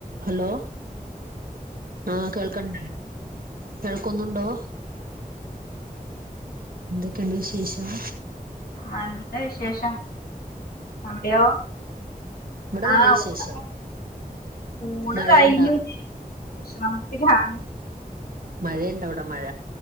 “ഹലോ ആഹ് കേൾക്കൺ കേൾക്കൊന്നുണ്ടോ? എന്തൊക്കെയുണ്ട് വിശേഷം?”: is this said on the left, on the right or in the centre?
Right